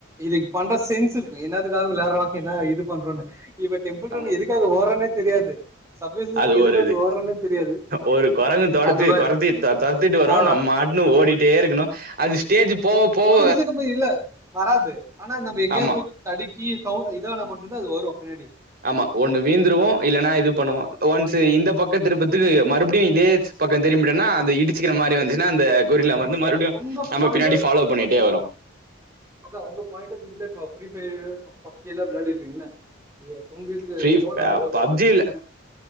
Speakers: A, on the right (about 15°); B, on the right (about 50°).
A: இதுக்கு பண்ற சென்ஸ் இருக்கு என்னத்துக்காக விளாடுறோ என்ன இது பண்றோன்னு இவ டெம்பிள் ரன்
B: ஆமா
A: எதுக்காக ஓடரோனே தெரியாது சப்வே சர்ஃப்
B: அது
A: எதுக்காக
B: ஒரு இது
A: ஓடுறோனே தெரியாது
B: ஒரு கொரங்கு தொடத்தி
A: அது பாரு
B: கொரத்தி த தத் திட்டு வரு
A: ஆமா
B: நம்மாட்டுனு ஓடிட்டே இருக்கணு அது ஸ்டேஜ் போவ போவ
A: இதுக்கு அப்பு இல்ல வராது ஆனா நம்ம எங்கயாவது
B: ஆமா
A: போய் தடுக்கி சவு இதானா மட்டுதா அது வரு பின்னாடி
B: ஆமா ஒண்ணு வீழ்ந்துருவோ இல்லன்னா இது பண்ணுவோ ஒன்ஸ் இந்த பக்கத்திருப்பத்துக்கு மறுபடியு இதே பக்கோ திரும்பிட்டனா அது இடிச்சிக்கிற மாரி வந்துச்சுன்னா அந்த கொரில்லா வந்து மறுபடியு
A: உங்க
B: நம்ப
A: பாயிண்ட்
B: பின்னாடி ஃபாலோ பண்ணிட்டே வரு
A: அது அவுங்க பாயிண்டா இதுல இப்ப ப்ரீபெய்டு பப் பப்ஜியெல்லா விளாடி இருப்பீங்களா ஏ உங்களுக்கு
B: ஃப்ரீ
A: <inaudible> எதாவது
B: பப்ஜில
A: சொல்லுங்க என்ம